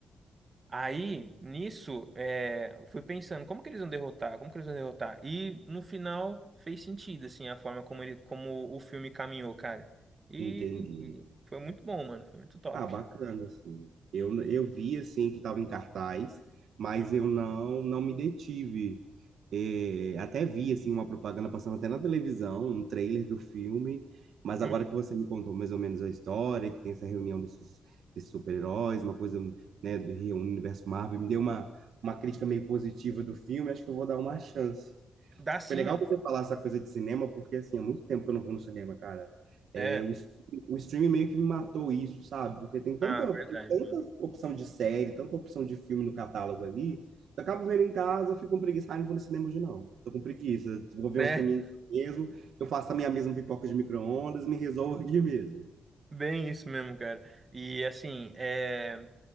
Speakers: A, on the right; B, on the right.
A: Aí, nisso, é, eu fui pensando, como que eles vão derrotar? Como que eles vão derrotar? E, no final, fez sentido, assim, a forma como ele, como o filme caminhou, cara. E
B: Entendi.
A: foi muito bom, mano, foi muito top.
B: Ah, bacana, assim. Eu, eu vi, assim, que estava em cartaz, mas
A: Hum,
B: eu não, não me detive. É, até vi assim uma propaganda passando até na televisão, um trailer do filme, mas
A: hum.
B: agora que você me contou mais ou menos a história, que tem essa reunião desses, desses super-heróis, uma coisa, né, do Rio Universo Marvel, me deu uma, uma crítica meio positiva do filme, acho que eu vou dar uma chance.
A: Dá sim,
B: Foi legal
A: mano.
B: você falar essa coisa de cinema, porque assim, há muito tempo que eu não vou no cinema, cara.
A: É,
B: É, o, stre- o streaming meio que me matou isso, sabe? Porque tem tanta,
A: ah, verdade,
B: tem tanta
A: mano.
B: opção de série, tanta opção de filme no catálogo ali. Eu acabo vendo em casa, fico com preguiça, ah, não vou no cinema hoje não. Tô com preguiça. Vou ver
A: É.
B: um filme em casa mesmo, eu faço a minha mesma pipoca de micro-ondas, me resolvo aqui mesmo.
A: Bem isso mesmo, cara. E assim, é...